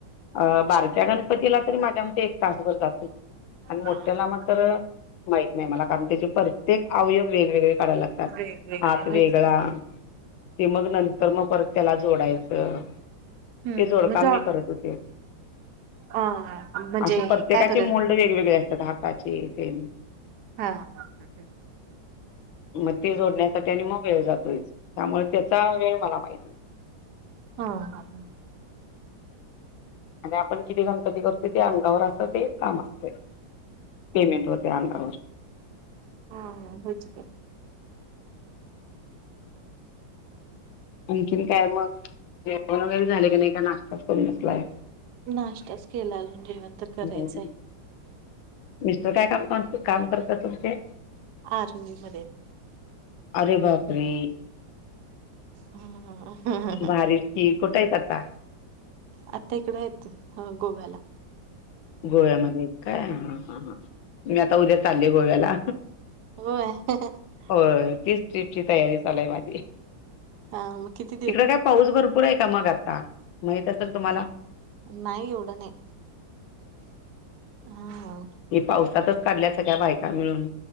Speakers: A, on the left; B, on the right.
A: अ
B: अच्छा
A: बारक्या गणपतीला तरी माझ्या मते एक तासभर जातो. आणि मोठ्याला
B: हा हा
A: मात्र माहित नाही मला, कारण त्याचे प्रत्येक अवयव वेगवेगळे करायला ला
B: वेगवेगळे
A: हात
B: होयच
A: वेगळा,
B: की
A: ते मग नंतर मग परत त्याला जोडायचं.
B: हम्म
A: ते जोडकाम
B: म्हणजे
A: मी करत होते.
B: अ म्हणजे
A: असे प्रत्येकाचे
B: हे काय बरं
A: मोल्ड वेगवेगळे असतात. हाताचे तेन.
B: हा ह..,
A: मग ते जोडण्यासाठी आणि मग वेळ जातोय. त्यामुळे त्याचा वेळ मला माहित
B: हा,
A: आणि आपण किती गणपती करतोय ते अंगावर असत ते काम असतं. पेमेंट
B: ह
A: वगैरे अंगावर.
B: हा.., होच काय
A: आणखीन काय मग, जेवण वगैरे झाले का नाही का नाश्ताच करून बसलाय.
B: नाश्ताच केला अजून जेवण तर करायचंय
A: ह, मिस्टर काय काम <unintelligible> काम करतात तुमचे.
B: आर्मी मध्ये त.
A: अरे बापरे!
B: ह
A: भारीच. ती कोठं आहेत आता?
B: आता इकडं आहेत गोव्याला.
A: गोव्यामध्ये आहेत काय? ह ह ह, मी आता उद्या चाल्ली गोव्याला.
B: होय.
A: होय. तीच ट्रीपची तयारी चालू आहे माझी.
B: हा मग कितीत
A: तिकड काय पाऊस भरपूर आहे का मग आता माहित असेल तुम्हाला?
B: नाही एवढं नाही <inaudible> हा.
A: हे पावसातच काढल्या सळ्या बायका मिळून.